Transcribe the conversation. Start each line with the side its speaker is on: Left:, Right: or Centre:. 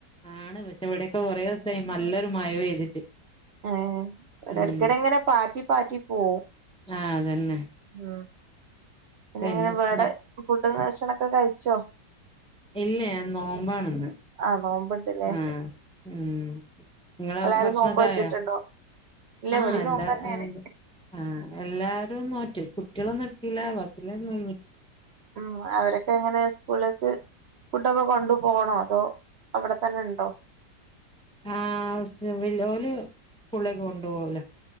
Centre: ആണ് പഷേ ഇവിടെയൊക്കെ കൊറേ സായി നല്ലൊരു മയ പെയ്തിട്ട്
Right: ഏഹ് വിടെ
Centre: ഉം
Right: എടക്കെടങ്ങനെ പാറ്റി പാറ്റി പോവും
Centre: ആഹ് അതന്നെ
Right: ഉം പിന്നെങ്ങനെവേടെ
Centre: പിന്നെ ഭ
Right: ഫുഡും ഭക്ഷണോക്കേ കഴിച്ചോ?
Centre: ഇല്ല ഞാ നോമ്പാണ്‌ന്ന്
Right: ആഹ് നോമ്പ്ണ്ടല്ലേ
Centre: ആഹ് ഉം ങ്ങളാ
Right: എല്ലാരും
Centre: ഭക്ഷണക്കെ
Right: നോമ്പ് നോറ്റിട്ടുണ്ടോ
Centre: ആയോ
Right: ഇല്ല
Centre: ആഹ്
Right: ഇവിടേം
Centre: എല്ലാ
Right: നോമ്പന്നെയാണ്
Centre: ആഹ് ണ്ട് ആഹ് എല്ലാരും നോറ്റ് കുട്ടികളൊന്നും എടുത്തില്ല ബാക്കിള്ള മുയിമിച്ചു
Right: ഉം അവരൊക്കെങ്ങനെ സ്കൂൾലേക്ക് ഫുഡോക്കെ കൊണ്ടു പോണോ അതോ അവിടെത്തന്നെണ്ടോ
Centre: ആഹ് വ്സതോല്ലോല് സ്കൂൾലേക്ക് കൊണ്ടു പോകലാ